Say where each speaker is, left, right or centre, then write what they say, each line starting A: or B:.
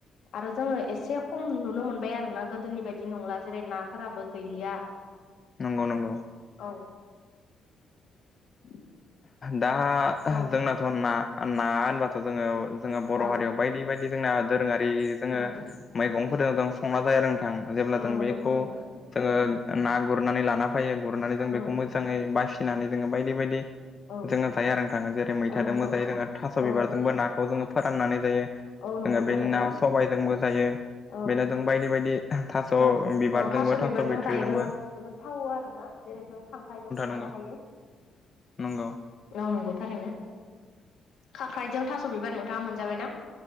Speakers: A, on the left; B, on the left.
A: आरो जोङो एसे खम नुनो मोनबाय आरोना गोदोनि बायदि नंला जेरै नाफोराबो गैलिया
B: नंगौ नंगौ।
A: औ। <inaudible>
B: दा
A: औ
B: जोंनाथ' ना ना होनबाथ' जोङो जोङो बर'
A: औ
B: हारियाव। बायदि बायदि जोंना दोरोङारि। जोङो
A: औ
B: मैगंफोरजों जों संना जाया नोंथां जेब्ला
A: औ
B: जों
A: नंगौ
B: बेखौ।
A: थारैनो
B: जोङो ना गुरनानै लाना फैयो गुरनानै जों बेखौ
A: औ
B: मोजाङै बासिनानै जोङो बायदि बायदि।
A: औ
B: जोङो जायो आरो थाङो जेरै मैथोंबो
A: औ नंगौ
B: जायो जोङो थास'
A: औ
B: बिबारजोंबो नाखौ जोङो फोराननानै जायो।
A: औ नंगौ
B: जोङो बे
A: थारैनो
B: ना सबायजोंबो जायो।
A: औ
B: बेना जों बायदि बायदि थास'
A: जों
B: बिबारजोंबो
A: औ
B: थास'
A: बिबारजों
B: बिथट्रिजोंबो।
A: जायोब्ला जोबोद थावो आरो ना जेरै जों खांख्रायजोंबो
B: नंगौ
A: जानो हायो।
B: नंगौ
A: मावनांगौ थारैनो खांख्राइजों थास' बिबार नोंथाङा मोनजाबायना।